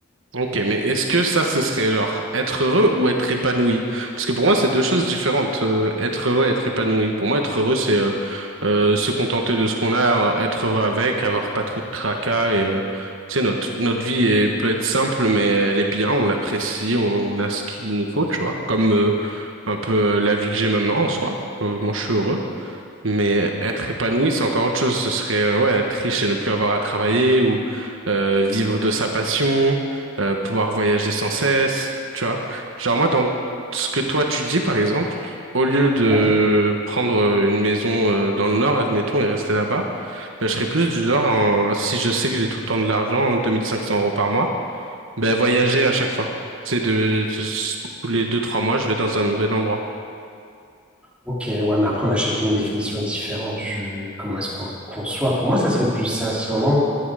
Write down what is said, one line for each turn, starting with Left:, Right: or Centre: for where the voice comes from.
Right: Ok, mais est-ce que ça, ce serait genre être heureux ou être épanoui? Parce que pour moi, c'est deux choses différentes. euh, être heureux et être épanoui. Pour moi, être heureux, c'est euh, euh, se contenter de ce qu'on a, euh, être heureux avec, avoir pas trop de tracas et euh, tu sais, notre notre vie est- peut être simple, mais elle est bien, on l'apprécie, on a ce qu'il nous faut, tu vois. Comme euh, un peu euh, la vie que j'ai maintenant en soi. Euh, moi, je suis heureux. Mais être épanoui, c'est encore autre chose. Ce serait euh, ouais, être riche et ne plus avoir à travailler ou euh, vivre de sa passion, euh, pouvoir voyager sans cesse, tu vois. Genre moi, dans ce que toi tu dis, par exemple, au lieu de
Centre: Ouais.
Right: prendre euh, une maison euh, dans le nord, admettons, et rester là-bas, ben, je serais plus du genre, en- si je sais que j'ai tout le temps de l'argent, hein, 2500 euros par mois, ben voyager à chaque fois. Tu sais, de, de- tous les deux, trois mois, je vais dans un nouvel endroit.
Centre: Ok, ouais, mais après, on a chacune une définition différente du comment est-ce qu'on le conçoit. Pour moi, ça serait plus ça. C'est vraiment